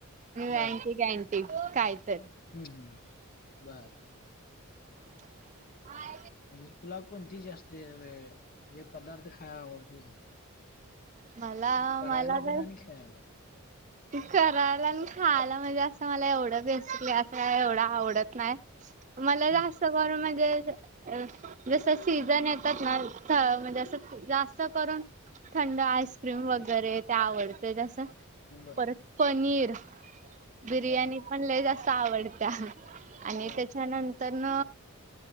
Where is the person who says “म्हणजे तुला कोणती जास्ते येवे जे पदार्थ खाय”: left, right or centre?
Left